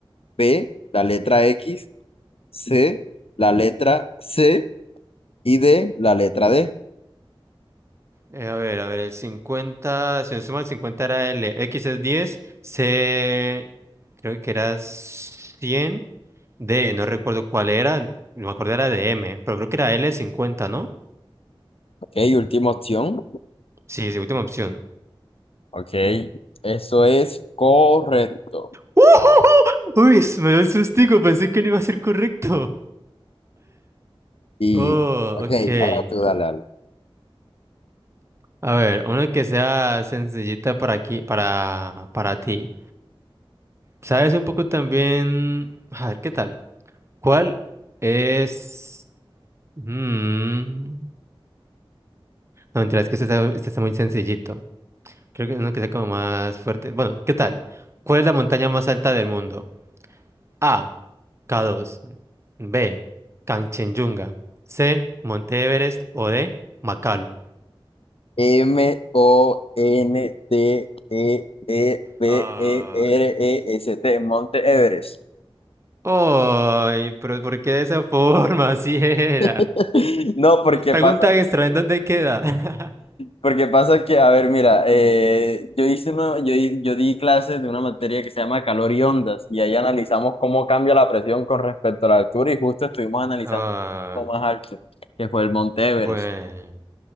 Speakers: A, on the left; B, on the right.
A: B, la letra X, C, la letra C y D, la letra D.
B: Eh, a ver, a ver, el cincuenta si no suma el 50 era L, X es diez C creo que era cien D no recuerdo cuál era, no me acuerdo era de M, pero creo que era l cincuenta ¿no?
A: Ok, última opción.
B: Sí, es última opción.
A: Ok, eso es correcto.
B: <laughs> Uy, se me dio el sustico, pensé que no iba a ser correcto.
A: Y,
B: Oh,
A: ok,
B: ok.
A: ahora tú dale, dale.
B: A ver, una que sea sencillita para aquí, para, para ti. ¿Sabes un poco también? A ver, ¿qué tal? ¿Cuál es...? Mm, No, mentira, es que este está, este está muy sencillito. Creo que es uno que sea como más fuerte. Bueno, ¿qué tal? ¿Cuál es la montaña más alta del mundo? A. k dos B. Kanchenjunga. C. Monte Everest. O D. Makalu.
A: M, O, N, T, E, E, B,
B: Ah,
A: E, R, E, S, T, Monte Everest.
B: Ay, pero ¿por qué de esa forma? <laughs> Así era.
A: <laughs> No, porque
B: Pregunta
A: pasa.
B: extra, ¿en dónde queda? <laughs>
A: Porque pasa que, a ver, mira, eh, yo hice una- yo, di- yo di clases de una materia que se llama calor y ondas, y ahí analizamos cómo cambia la presión con respecto a la altura, y justo estuvimos analizando
B: Ah,
A: lo más alto, que fue el Monte Everest.
B: bueno.